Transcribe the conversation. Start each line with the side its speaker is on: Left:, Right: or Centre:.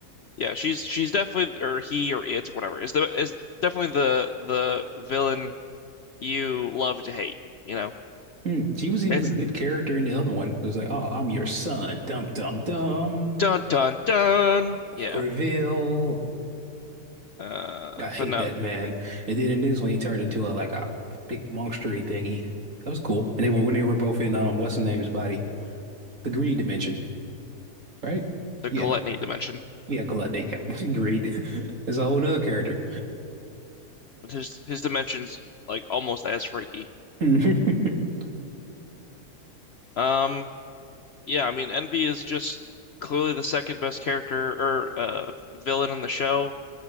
Left: yeah, she's she's definitely or he or it or whatever is the is definitely the the villain you love to hate, you know.
Right: Hmm. She was even
Left: It's
Right: a good character in the other one. It was like, oh, I'm your son. Dum dum dum.
Left: dun dun dun. Yeah.
Right: Reveal.
Left: Uh
Right: I hate
Left: but no,
Right: that man. And then in this one, he turned into a like a big monstery thingy. That was cool. And they were when they were both in um what's the name's body? The greed dimension, right?
Left: the
Right: Yeah.
Left: gluttony dimension.
Right: Yeah, Gluttony. Yeah. <laughs> Greed. <laughs> That's a whole nother character.
Left: His his dimensions like almost as freaky.
Right: <laughs>
Left: Um, yeah, I mean Envy is just clearly the second best character or uh villain in the show.